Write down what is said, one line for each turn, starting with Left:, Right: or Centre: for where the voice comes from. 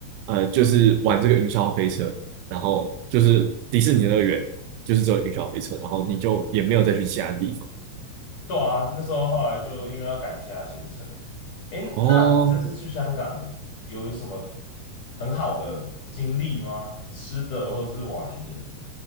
Right: 呃就是玩这个云霄飞车，然后就是迪士尼乐园就是只有云霄飞车，然后你就也没有再去其他地方。
Left: 对啊，那时候后来就因为要赶其他行程。诶，
Right: 哦，
Left: 那你这次去香港有什么很好的经历吗？吃的或者是玩的？